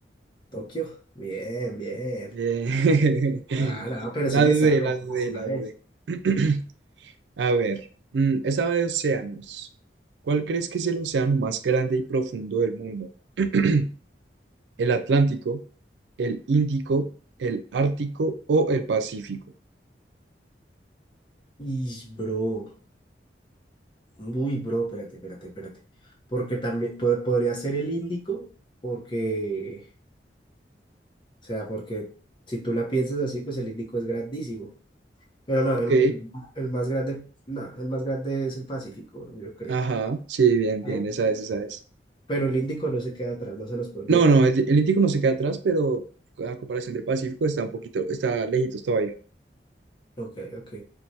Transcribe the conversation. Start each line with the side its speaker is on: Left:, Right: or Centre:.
Left: Tokio. Bien, bien.
Right: Bien. <laughs>
Left: Ah, no, pero
Right: La
Left: sí le
Right: dudé,
Left: sabes,
Right: la dudé,
Left: sí le
Right: la
Left: sabes.
Right: dudé. <clears throat> A ver, mm, esa de océanos. ¿Cuál crees que es el océano más grande y profundo del mundo? <clears throat> ¿El Atlántico, el Índico, el Ártico o el Pacífico?
Left: Ish, bro. Uy, bro, espérate, espérate, espérate. Porque también po- podría ser el Índico, porque, o sea, porque si tú la piensas así, pues el Índico es grandísimo. Pero no,
Right: Ok.
Left: el, el- el más grande, no, el más grande es el Pacífico, bro, yo creo.
Right: Ajá, sí, bien, bien,
Left: ¿sí?
Right: esa es, esa es.
Left: Pero el Índico no se queda atrás, no se los puede olvidar.
Right: No, no,
Left: El
Right: el, el Índico no se queda atrás, pero a comparación del Pacífico está un poquito, está lejitos todavía.
Left: Ok, ok.